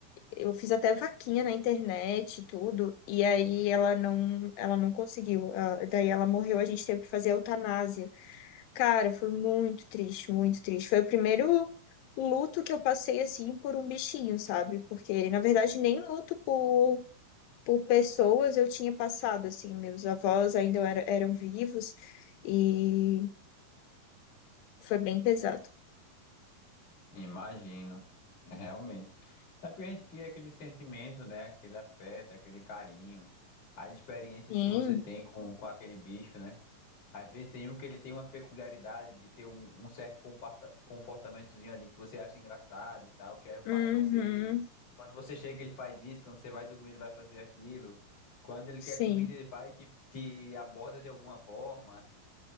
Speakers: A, on the left (about 85°); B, on the left (about 45°).
A: Eu fiz até vaquinha na internet e tudo, e aí ela não, ela não conseguiu. ah, Daí ela morreu, a gente teve que fazer a eutanásia. Cara, foi muito triste, muito triste. Foi o primeiro luto que eu passei assim por um bichinho, sabe? Porque na verdade nem luto por por pessoas eu tinha passado assim, meus avós ainda era- eram vivos e foi bem pesado.
B: imagino, É, realmente. É porque a gente cria aquele sentimento, né? Aquele afeto, aquele carinho, as experiências
A: Sim.
B: que você tem com, com aquele bicho, né? Às vezes tem um que ele tem uma peculiaridade de ter um, um certo comporta- comportamentozinho ali que você acha engraçado e tal, que já é o
A: Uhum.
B: padrão dele. Quando você chega, ele faz isso, quando você vai dormir, ele vai fazer aquilo. Quando ele
A: Sim.
B: quer comida, ele vai e te, te aborda de alguma forma.